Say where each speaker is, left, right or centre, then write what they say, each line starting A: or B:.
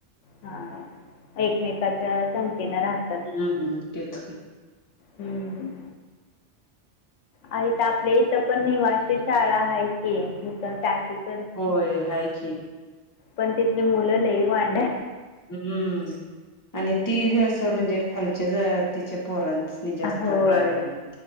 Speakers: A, on the left (about 85°); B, on the left (about 20°).
A: हा एकमेकाच्या संगतीन राहतात.
B: हम्म तेच की.
A: हम्म. आ इथं आपल्या इथं पण निवासी शाळा हाय की <unintelligible>
B: होय हाय की
A: पण तिथली मुलं लई वांड
B: हम्म आणि ती असं म्हणजे खालच्या जातीच्या पोरां नी जास्त
A: होय
B: प्राधान्य.